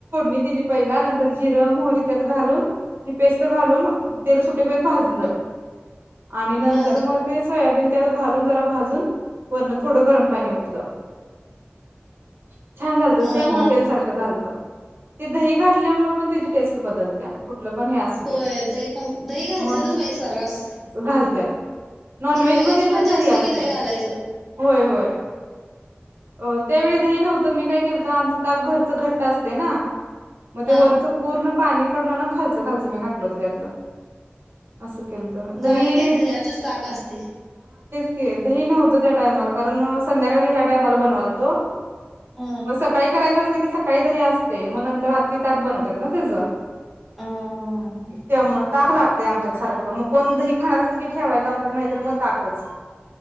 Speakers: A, on the right; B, in the centre.
A: दिली पहिला नंतर जिरं मोहरी त्यात घालून ही पेस्ट घालून तेल सुटेपर्यन्त भाजलं. आणि नंतर
B: बर
A: मग ते सोयाबीन त्यावर घालून जरा भाजून वरणात थोडं गरम पाणी ओतलं-छान झालत
B: हा
A: सेम हॉटेल
B: हा हा
A: सारखं झालत. ते दही घातल्यामुळे पण त्याची टेस्ट. बदलत्या कुठलं पण हे असू दे
B: होय दही पण दही घालतातच
A: मग
B: बाई सर्रास
A: घालत्यात. नॉनव्हेज
B: -ग्रेवीची
A: मध्ये
B: भाजी
A: पण
B: असली
A: असते
B: की दही घालायचं.
A: होय होय. अ त्यावेळी दही नव्हतं मी काय केलंतं आमच ताक घरच घट्ट असतय ना. म ते
B: हा
A: वरच पूर्ण. पाणी काढून ना खालचं खालचं मी घातलं होतं त्यातलं असं. केलंत दही
B: झाले की दह्याचच ताक असतय.
A: हे दही न्हवतं त्या टाइमाला कारण -संध्याकाळच्या <unintelligible> <unintelligible> बनवालत.
B: हा
A: मग सकाळी करायच <unintelligible> व्हय की सकाळी दही असतयं मग नंतर आत्ती ताक बनवतात ना त्यज,
B: ह ह
A: त्यामुळ ताक लागत आमच्यात सारखं, मग कोण दही खाणार असल की ठेवायला लावत्यात नाहीतरं मग ताकच.